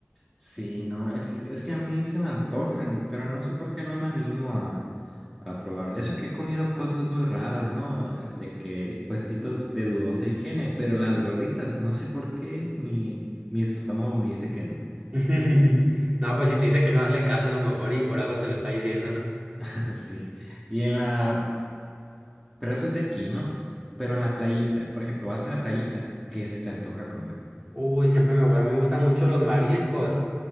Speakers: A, in the centre; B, on the right.
A: Sí, no, es que, es que a mí se me antojan, pero no sé por qué no me animo a, a probar. Eso que he comido cosas muy raras, ¿no? Eh, De que puestitos de dudosa higiene, pero las gorditas, no sé por qué mi, mi estómago me dice que no.
B: <laughs> No, pues si te dice que no hazle caso a lo mejor y por algo te lo está diciendo, ¿no?
A: <laughs> Sí. Y en la, pero eso es de aquí, ¿no? Pero en la playita, por ejemplo, vas a la playita, ¿qué se te antoja comer?
B: Uy, siempre me, gu- a mí me gustan mucho los mariscos.